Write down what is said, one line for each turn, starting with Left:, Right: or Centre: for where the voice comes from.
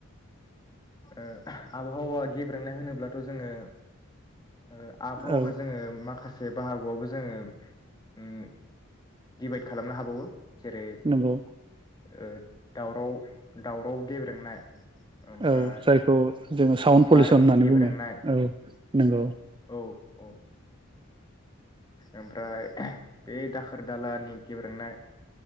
Left: ओ आबहावा गेब्रेनाय होनोब्लाथ' जोङो ओ आबहावाखौ
Right: औ
Left: जोङो माखा से बाहागोआवबो जोङो उम दिभाइद खालामनो हाबावो। जेरै
Right: नोंगौ।
Left: ओ दावराव दावराव गेब्रेंनाय। ओमफ्राय
Right: औ जायखौ जोङो साउन्ड पलिसन
Left: बारनि
Right: होननानै
Left: गेब्रेंनाय
Right: बुङो औ नोंगौ।
Left: औ औ ओमफ्राय बे दाखोर दालानि गेब्रोंनाय